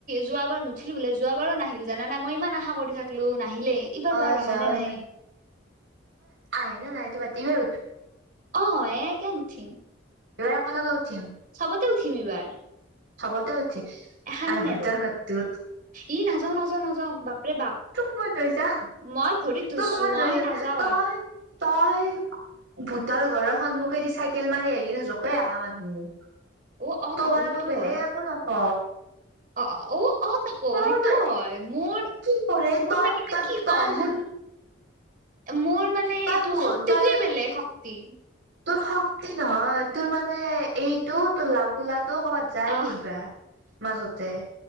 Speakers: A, on the right; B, on the right.
A: যোৱ বাৰ নুঠিলো বোলে যোৱাবাৰো নাহিল জান নাই মই ইমান আশা কৰি থাকিলো নাহিলে এইবাৰ
B: অ',
A: বাৰু আহে
B: যাব
A: নাহে
B: নে নাই। আহে নে নাহেতো বাদ দে এবাৰ
A: অ এে কিয়া নুঠিম
B: এইবাৰ এক লগা উঠিম
A: চবতে উঠিম এইবাৰ
B: চবতে উঠিম
A: এখান
B: আৰু
A: নেৰু
B: ভূতৰ ঘৰটোত
A: ই নাযাও নাযাও নাযাও বাপৰে বাপ
B: ত মনছা
A: মই ভৰিত ধৰছো
B: তু মনছ
A: মই নাযাও
B: তই,
A: আৰ
B: তই ভূতৰ ঘৰৰ সন্মুখেদি চাইকেল মাৰি আহি কিনে জোকে আহা মানুহ
A: অ অ
B: তোৰ
A: তাকো
B: আৰু
A: সেইটো
B: মই বেলেগে
A: হয়
B: একো নক
A: অ', অ',। অ', তাকৌ সেইটোও
B: বোলো
A: হয় মোৰ,
B: এই কি কৰে
A: মোৰ
B: তই
A: মানে
B: তই
A: কি
B: তই
A: কম ম মোৰ মানে
B: তই
A: এইটো
B: শুন
A: শক্তিটোৱে
B: তই
A: বেলেগ শক্তি।
B: তোৰ শক্তি নহয় তোৰ মানে এইটো তোৰ লাওোলা ত কৰ'ৰবাত যাই
A: আহ
B: ফুুৰবা মাজতে